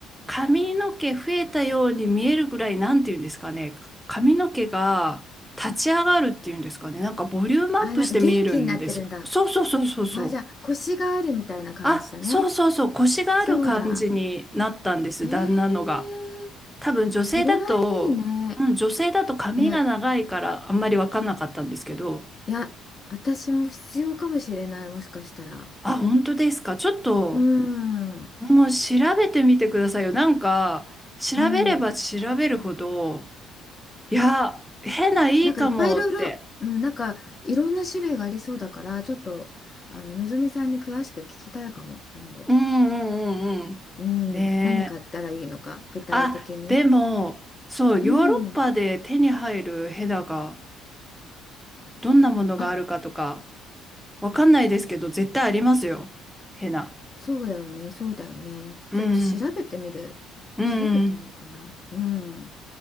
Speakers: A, in the centre; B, on the left (about 35°).
A: 髪の毛増えたように見えるぐらい、なんて言うんですかね、髪の毛が立ち上がるっていうんですかね、なんかボリュームアップして見えるんですよ。
B: あ、なんか元気になってるんだ。
A: そうそうそうそうそう。
B: あ、じゃあ腰があるみたいな感じだね。
A: あ、そうそうそう、腰がある感じになったんです、
B: そうだ。ええ
A: 旦那のが。多分女性だと、
B: それはいいね。
A: うん、女性だと髪が長いからあんまり分かんなかったんですけど、
B: え、いや、私も必要かもしれない、もしかしたら。
A: あ、本当ですか。ちょっと、
B: うん。
A: もう調べてみてくださいよ。なんか、調べれば調べるほど、
B: うん
A: いや、変ないいかもって。
B: なんかいっぱいいろいろ、うん、なんかいろんな種類がありそうだから、ちょっとあののぞみさんに詳しく聞きたいかも、今度。
A: うんうんうんうん。
B: うん、
A: ねえ。
B: 何買ったらいいのか、具体的に。
A: あ、でも、そう、
B: うん、
A: ヨーロッパで手に入るヘナが、どんなものがあるかとか、
B: ある。
A: わかんないですけど、絶対ありますよ。ヘナ。
B: そうだよね、そうだよね。
A: うんうん。
B: ちょっと調べてみる。
A: うんうん。
B: 調べてみようかな。うん。